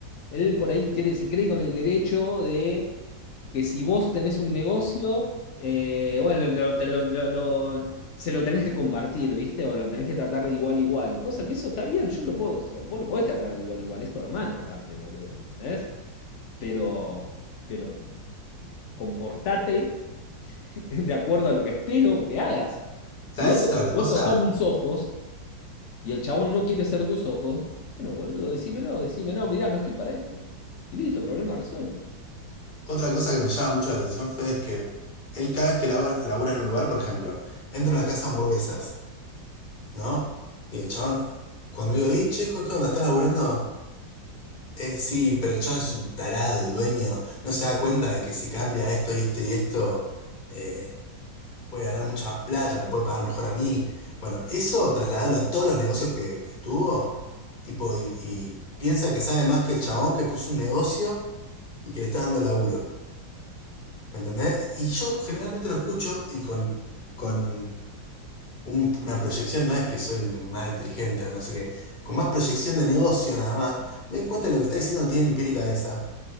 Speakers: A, on the left; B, on the left.
A: él por ahí cree, se cree con el derecho de que si vos tenés un negocio, eh, bueno, lo- te lo- lo- lo- se lo tenés que compartir, ¿viste? O lo tenés que tratar de igual a igual. Cosa que eso está bien, yo lo puedo, so, vos lo podés tratar de igual a igual, es tu hermano aparte, boludo, ¿entendés? Pero, pero comportate <laughs> de acuerdo a lo que espero que hagas. Si
B: ¿Sabés
A: vos,
B: otra cosa?
A: loco, sos mis ojos y el chabón no quiere ser tus ojos, bueno, boludo, decímelo, decímelo, "No, mirá, no estoy para esto. Y listo, problema resuelto.
B: Otra cosa que me llama mucho la atención, Fede, es que él cada vez que labura, labura en un lugar, por ejemplo, entra a una casa de hamburguesas, ¿no? Y el chabón, cuando digo, y checo, ¿qué onda? ¿Estás laburando? "Eh, sí, pero el chabón es un tarado, el dueño. No se da cuenta de que si cambia esto y esto y esto, eh, puede ganar mucha más plata, me puede pagar mejor a mí. Bueno, eso trasladarlo a todos los negocios que, que estuvo, tipo, y, y piensa que sabe más que el chabón que puso un negocio y que le está dando laburo. ¿Me entendés? Y yo generalmente lo escucho y con, con un- una proyección, no es que soy más inteligente o no sé qué, con más proyección de negocio nada más, me doy cuenta de lo que está diciendo no tiene ni pie ni cabeza.